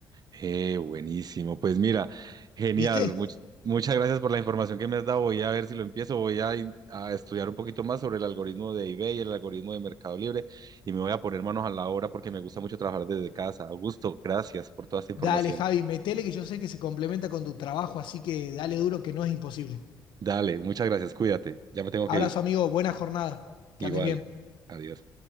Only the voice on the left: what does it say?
¿Viste?
Dale, Javi, metele que yo sé que se complementa con tu trabajo, así que dale duro que no es imposible.
Abrazo,
amigo, buena jornada. Que
andes bien.